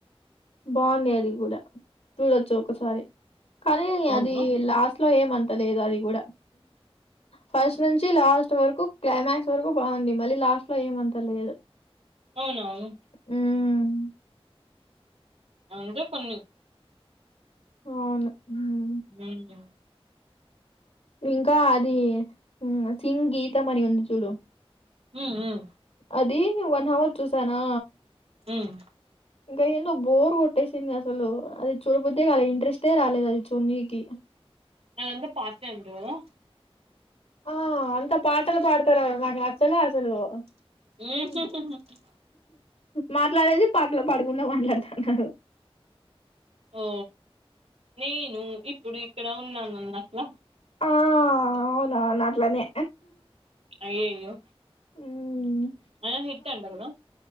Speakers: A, on the left; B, on the right.
A: బాగుంది అది కూడా చూడొచ్చు ఒకసారి కానీ
B: అవును
A: అది లాస్ట్ లో ఏమంత లేదు అది కూడా ఫస్ట్ నుంచి లాస్ట్ వరకు క్లైమాక్స్ వరకు బాగుంది మళ్ళీ లాస్ట్లో ఏమంత లేదు
B: అవునావును
A: హ్మ్.
B: అంతే కొన్ని
A: అవును మ్మ్
B: ఉమ్మ్
A: ఇంకా అది థింగ్ గీతం అని ఉంది చూడు
B: ఉమ్మ్ ఉమ్మ్
A: అది వన్ అవర్ చూశానా
B: ఉమ్మ్
A: ఇంకా ఏందో బోర్ కొట్టేసింది అసలు అది చూడబుద్దే కాల ఇంట్రెస్టే రాలేదు అది చూడ్నీకి
B: అది అంత పాట్లే అంట కదా
A: ఆ అంత పాటలు పాడతారు నాకు నచ్చలే అసలు
B: ఉహుహ్
A: హ్మ్. మాట్లాడేది పాటలు పాడుకుంటా మాట్లాడుతున్నారు.
B: ఓ నేను ఇప్పుడు ఇక్కడ ఉన్నాను అన్నట్లా.
A: ఆ అవునవును అట్లనే.
B: అయ్యయ్యో
A: హ్మ్.
B: అయినా హిటంటా కదా.